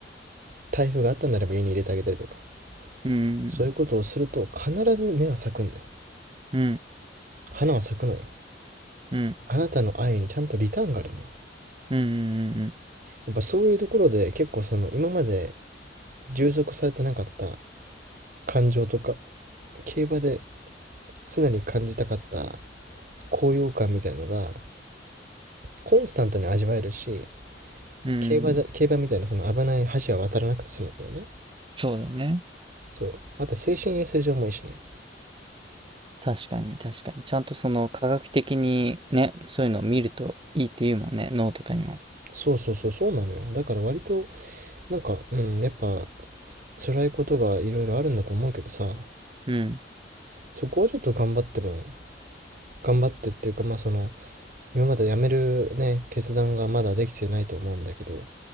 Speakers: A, on the right; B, on the right.
A: 台風があったんならば家に入れてあげたりとか、
B: うん、
A: そういうことをすると必ず芽は咲くんだよ。
B: うん、
A: 花は咲くのよ。
B: うん、うん、
A: あなたの愛にちゃんとリターンがあるのよ。
B: うん、
A: やっぱそういうところで結構その今まで充足されてなかった感情とか、競馬で常に感じたかった高揚感みたいのがコンスタントに味わえるし、
B: うん、うん。
A: 競馬だ競馬みたいなその危ない橋は渡らなくて済むんだよね。
B: そうだね。
A: そう。あと精神衛生上もいいしね。
B: 確かに、確かに。ちゃんとその科学的にね、そういうのを見るといいっていうもんね、脳とかにも。
A: そうそうそう、そうなのよ。だから割と、なんか、うん、やっぱ辛いことがいろいろあるんだと思うけどさ、
B: うん、
A: そこはちょっと頑張っても、頑張ってっていうか、まあその、今まで辞めるね、決断がまだできてないと思うんだけど、